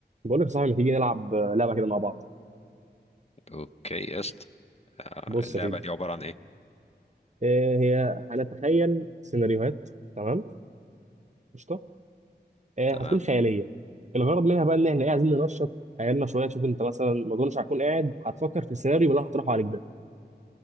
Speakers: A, on the right; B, on the left.
A: بقول لك يا صاحبي ما تيجي نلعب آه، لعبه كده مع بعض
B: اوكي قشط آه،
A: بص
B: اللعبة
A: يا سيدي
B: دي عبارة عن ايه
A: آه، هي هنتخيل سيناريوهات تمام قشطه آه،
B: تمام
A: هتكون خياليه الغرض منها بقى ان احنا إيه، عايزين ننشط خيالنا شويه نشوف انت مثلا ما اظنش هتكون قاعد هتفكر في السيناريو اللي أنا هطرحه عليك ده